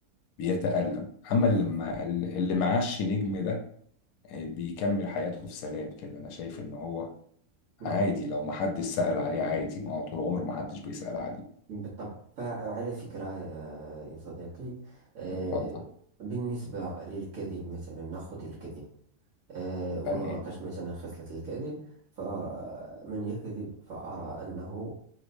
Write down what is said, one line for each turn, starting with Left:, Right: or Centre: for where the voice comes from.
Left: بيتألم أما
Right: نعم
Left: اللي ما اللي معاش نجم ده آه، بيكمل حياته في سلام كده أنا شايف إن هو
Right: نعم
Left: عادي لو محدش سأل عليه عادي ما هو طول عمره محدش بيسأل عليه
Right: بالطبع فعلى فكرة يا يا صديقي آه،
Left: اتفضل
Right: بالنسبة للكذب مثلا نأخذ الكذب آه، ونناقش
Left: تمام
Right: مثلا خصلة الكذب فمن يكذب فأرى أنه